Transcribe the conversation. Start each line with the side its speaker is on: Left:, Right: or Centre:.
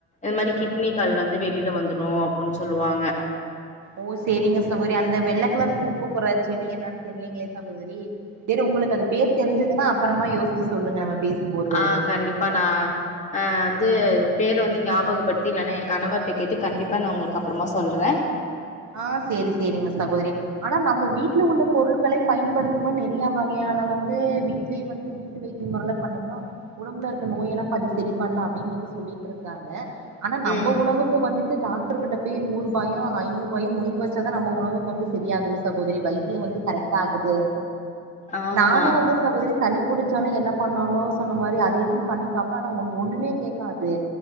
Left: இந் மாரி கிட்னி கல் வந்து வெளியில வந்துரு அப்டின் சொல்லுவாங்க
Right: ஓ செரிங்க சகோதரி அந்த வெள்ளக் கலர் பூ பூக்குற செடி என்னன்னு தெரியலீங்ளே சகோதரி சரி உங்களுக்கு அது பேர் தெரிஞ்சுதுன்னா அப்பறமா யோசிச்சு சொல்லுங்க நம்ம பேசும்போது
Left: ஆ கண்டிப்பா நா ஆ வந்து பேர வந்து ஞாபகப்படுத்தி இல்லன்னா எ கணவர்ட்ட கேட்டு கண்டிப்பா நா உங்களுக்கு அப்புறமா சொல்றே
Right: ஆ சேரி சேரிங்க சகோதரிய ஆனா நம்ம வீட்ல உள்ள பொருள்களை பயன்படுத்தும்போ நெறையா வகையான வந்து வீட ட்லே வந்து வீட்டு வைத்திய முறல்லா பண்ணம்னா உடம்புல இருக்க நோய் எல்லா பாதி சரி பண்லா அப்டின்னு வந்து சொல்லிட்டுருக்காங்க ஆனா நம்ப
Left: ம்
Right: உணவுக்கு வந்துட்டு டாக்டர்கிட்ட போயி நூ ரூபாயு ஐநூ றுவாயு மொய் வச்சாதா நம்ப உணவுக்கு வந்து சரியாகுது ச சகோதரி வைத்தியோ வந்து கரெக்ட் ஆகுது
Left: ஆமா
Right: நானு வந்து சகோதரி சளி புடுச்சாலு என்ன பண்ணாலு சொன்ன மாரி அது இதுன்னு பண்ணி பாப்ப ஆனா ஒன்னு ஒன்னுமே கேக்காது